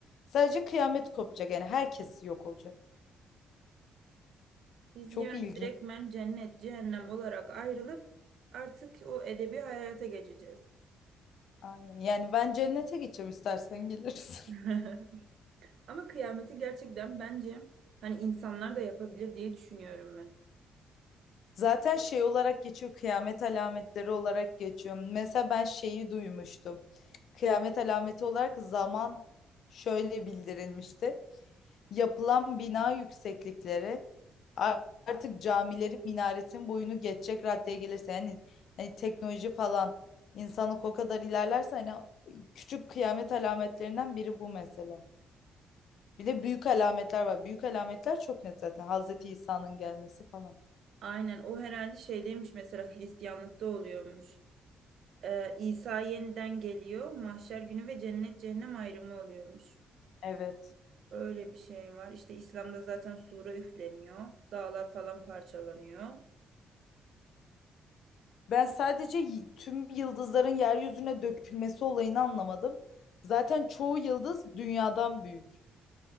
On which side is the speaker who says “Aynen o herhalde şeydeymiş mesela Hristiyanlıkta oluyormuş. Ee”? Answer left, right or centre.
Right